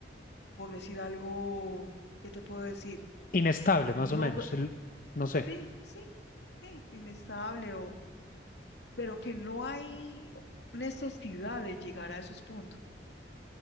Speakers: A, on the left (about 65°); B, on the left (about 45°).
A: por decir algo, ¿qué te puedo decir?
B: inestable,
A: No,
B: más o menos,
A: gra-
B: el- no sé,
A: sí, sí, sí, inestable, o, pero que no hay necesidad de llegar a esos puntos.